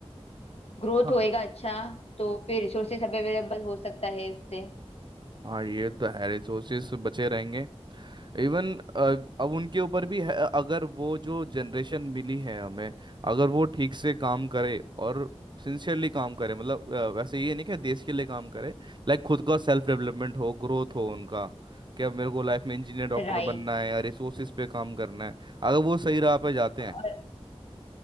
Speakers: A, on the left; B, on the right.
A: ग्रोथ
B: हाँ
A: होएगा अच्छा तो फिर रिसोर्सेस अवेलेबल हो सकता है उससे
B: हाँ ये तो है रिसोर्सेस बचे रहेंगे इवन अब उनके ऊपर भी है अगर वो जो जनरेशन मिली है हमें अगर वो ठीक से काम करे और सिंसियरली काम करे मतलब अ, वैसे ये नहीं कि देश के लिए काम करे लाइक खुद का सेल्फ डेवलपमेंट हो ग्रोथ हो उनका कि अब मेरे को लाइफ में इंजीनियर डॉक्टर
A: राइट
B: बनना है या रिसोर्सेज पे काम करना है अगर वो सही राह पे जाते हैं
A: और